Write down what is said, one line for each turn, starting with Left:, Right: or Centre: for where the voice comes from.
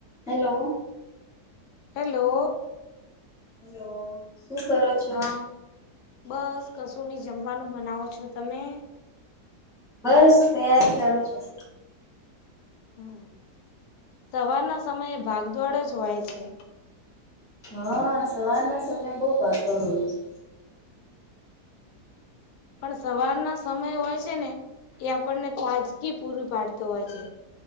Centre: Hello.
Left: Hello
Centre: hello. હું કરો છો?
Left: હા બસ કશુંની જમવાનું બનાવો છો તમે
Centre: બસ તૈયારી કરું છું.
Left: હમ સવારના સમયે ભાગદોડ જ હોય છે.
Centre: હા સવારના સમયે બોઉ ભાગદોડ હોય છે.
Left: પણ સવારના સમય હોય છે ને એ આપણને તાજગી પૂરૂ પાડતો હોય છે.